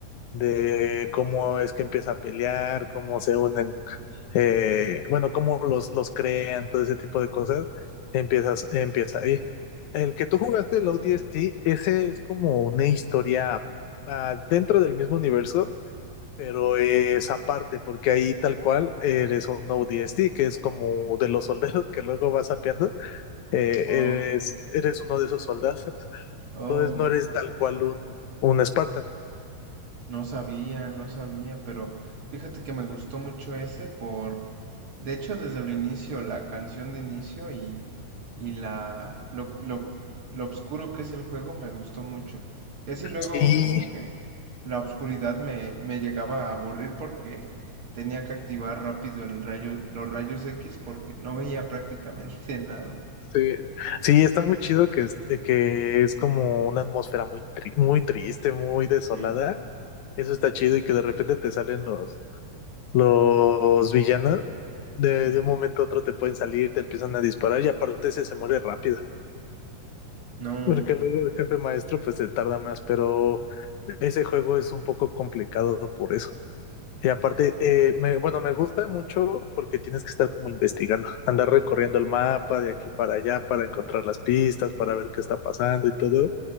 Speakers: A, on the left (about 75°); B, on the right (about 50°).
A: De cómo es que empieza a pelear, cómo se unen, eh, bueno, cómo los, los crean, todo ese tipo de cosas, empiezas, empieza ahí. El que tú jugaste, el ODST, ese es como una historia ah, dentro del mismo universo, pero es aparte, porque ahí tal cual eres un ODST, que es como de los soldados que luego vas sapeando eh,
B: Oh,
A: eres, eres uno de esos soldados. <laughs>
B: oh,
A: Entonces no eres tal cual un, un Spartan.
B: no sabía, no sabía, pero fíjate que me gustó mucho ese por De hecho, desde el inicio, la canción de inicio y, y la, lo, lo, lo oscuro que es el juego me gustó mucho. Y así luego
A: Sí,
B: como que la oscuridad me, me llegaba a aburrir porque tenía que activar rápido el rayo, los rayos X porque no veía prácticamente <laughs> nada.
A: sí, sí, está muy chido que, es- eh, que es como una atmósfera muy, tri- muy triste, muy desolada.
B: Sí.
A: Eso está chido y que de repente te salen los, los villanos. De,
B: Sí,
A: de un momento a otro te pueden salir, te empiezan a disparar y aparte ese se muere rápido.
B: no,
A: Porque luego el jefe maestro pues se tarda más, pero ese juego es un poco complicado por eso. Y aparte, eh, me, bueno, me gusta mucho porque tienes que estar como investigando, andar recorriendo el mapa de aquí para allá para encontrar las pistas, para ver qué está pasando y todo.